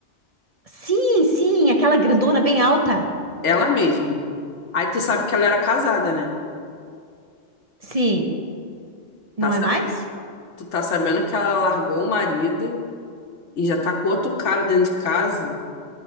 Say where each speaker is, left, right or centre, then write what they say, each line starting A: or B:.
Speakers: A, on the right; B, on the left.
A: Sim, sim, aquela grandona bem alta.
B: Ela mesmo. Aí tu sabe que ela era casada, né?
A: Sim, não
B: Tá sab-
A: é mais?
B: tu tá sabendo que ela largou o marido e já tá com outro cara dentro de casa.